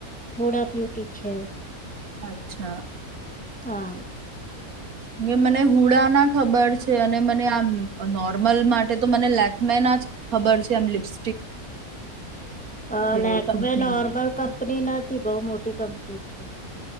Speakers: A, in the centre; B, on the right.
A: <unintelligible> બ્યુટી છે.
B: અચ્છા.
A: હા.
B: ગે મને હુડા ના ખબર છે અને મને આમ નોર્મલ માટે તો મને લેકમે ના જ ખબર છે. આમ લિપ્સ
A: હા, લેકમે
B: એ કંપનીની.
A: નોર્મલ કંપની નથી, બહું મોટી કંપ ની છે.